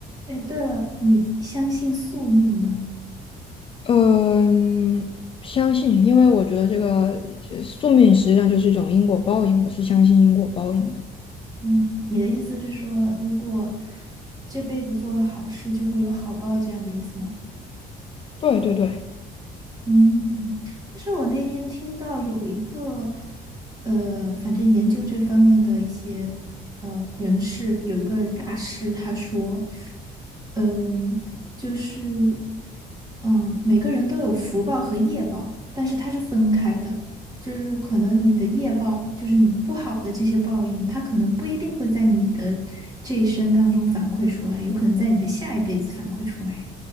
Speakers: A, on the right; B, on the left.
A: 哎，对了，你相信宿命吗？
B: 嗯，相信，因为我觉得这个这宿命实际上就是一种因果报应，我是相信因果报应的。
A: 嗯，你的意思是说，如果这辈子做了好事，就会有好报这样的意思吗？
B: 对对对
A: 嗯，但是我那天听到有一个，呃，反正研究这方面的一些呃人士，有一个大师他说，嗯，就是，嗯，每个人都有福报和业报，但是它是分开的，就是可能你的业报，就是你不好的这些报应，它可能不一定会在你的这一生当中反馈出来，有可能在你的下一辈子反馈出来。